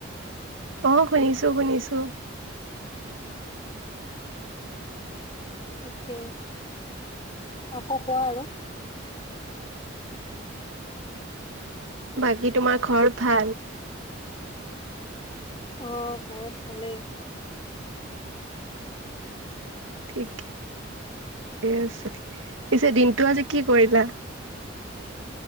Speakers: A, on the right; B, on the left.
A: অ', শুনিছো, শুনিছো।
B: ঠিকেই, আকৌ কোৱা আৰু।
A: বাকী তোমাৰ ঘৰত ভাল।
B: অ', ঘৰত ভালে।
A: ঠিক ঠিকে আছে পিছে দিনটো আজি কি কৰিলা।